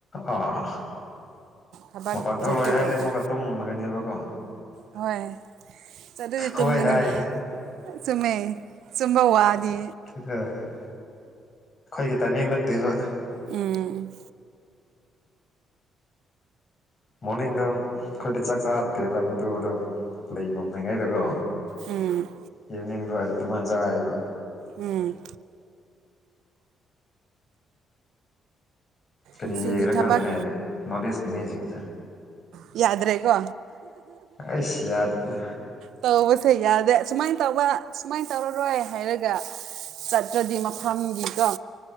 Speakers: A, on the left; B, on the right.
A: ꯑꯥ ꯑꯥ
B: ꯎꯝ
A: ꯃꯄꯥꯟ ꯊꯣꯛꯂꯣꯏ
B: ꯆꯠꯀꯦ
A: ꯍꯥꯏꯔꯗꯤ
B: ꯇꯧꯕ
A: ꯑꯃꯨꯛꯀ ꯇꯨꯝꯃꯒꯅꯦꯕꯀꯣ
B: ꯍꯣꯏ ꯆꯗꯨꯗꯤ
A: ꯍꯣꯏ
B: ꯇꯨꯝꯒꯅꯤ
A: ꯍꯥꯏꯅꯦ
B: ꯆꯨꯝꯃꯦ ꯆꯨꯝꯕ ꯋꯥꯗꯤ
A: ꯑ ꯑꯩꯒꯤ ꯇꯥꯏꯃꯦꯡ ꯅꯠꯇꯦꯕ
B: ꯎꯝ
A: ꯃꯣꯔꯅꯤꯡꯗ ꯑꯩꯈꯣꯏꯗꯤ ꯆꯥꯛ ꯆꯥꯗꯦꯕ ꯃꯗꯨ ꯑꯗꯣ ꯂꯩ ꯃꯣꯛꯗ꯭ꯔꯤꯉꯩꯗꯀꯣ
B: ꯎꯝ
A: ꯌꯦꯅꯤꯡꯗꯣ ꯑꯗꯨꯗꯨꯃꯥꯏꯅ ꯆꯥꯏꯑꯕ
B: ꯎꯝ
A: ꯀꯔꯤꯒꯤꯔꯥ
B: ꯉꯁꯤꯗꯤ ꯊꯕꯛ
A: ꯈꯪꯗꯦꯅꯦꯅꯦ ꯅꯣꯔ꯭ꯠ ꯏꯁꯀꯤ ꯃꯤꯖꯤꯡꯖꯦ
B: ꯌꯥꯗ꯭ꯔꯦꯀꯣ
A: ꯑꯩꯁ ꯌꯥꯗꯦꯗ
B: ꯇꯧꯕꯁꯦ ꯌꯥꯗꯦ ꯁꯨꯃꯥꯏ ꯇꯧꯕ ꯁꯨꯃꯥꯏ ꯇꯧꯔꯔꯣꯏ ꯍꯥꯏꯔꯒ ꯆꯠꯇ꯭ꯔꯗꯤ ꯃꯐꯝꯒꯤꯀꯣ